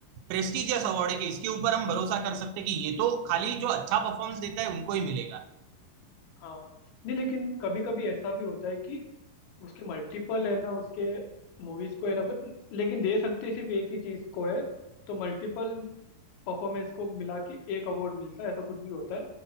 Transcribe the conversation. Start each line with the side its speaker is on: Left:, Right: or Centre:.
Right: प्रेस्टिजियस अवार्ड है कि इसके ऊपर हम भरोसा कर सकते हैं कि ये तो खाली जो अच्छा परफॉर्मेंस देता है उनको ही मिलेगा
Left: हाँ नहीं लेकिन कभी कभी ऐसा भी होता है कि उसके मल्टीपल है ना उसके मूवीज को है ना बट लेकिन दे सकते सिर्फ एक ही चीज को है तो मल्टीपल परफॉर्मेंस को मिला के एक अवार्ड मिलता है ऐसा कुछ भी होता है